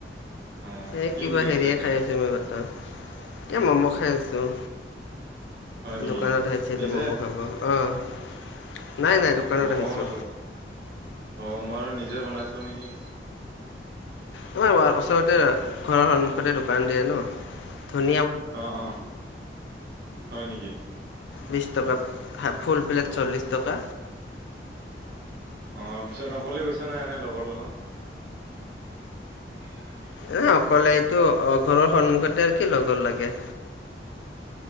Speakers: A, on the right; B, on the left.
A: অ
B: এই
A: কি
B: কিবা
A: কৰি
B: হেৰিয়ে
A: আছা এতিয়া
B: খাই আছো। এতিয়া ম'ম' খাই আছোঁ।
A: হয় নেকি
B: দোকানত আহিছিলো
A: নিজে
B: ম'ম' খাব, অ', নাই, নাই
A: অ
B: দোকানত
A: অ
B: আহিছো।
A: দো অ', মই আৰু নিজে বনাইছ নেকি।
B: আমাৰ ওচৰতে ঘৰৰ সন্মুখতে দোকান দিয়ে ন ধুন
A: অ', অ' হয় নেকি?
B: বিশ টকা ফুল প্লেট
A: অ
B: চল্লিছ টকা।
A: অ', পিছত অকলে গৈছে নাই এনে লগৰ লগত? উম।
B: এ, অকলে এইটো অ', ঘৰৰ সন্মুখতে আৰু কি লগৰ লাগে।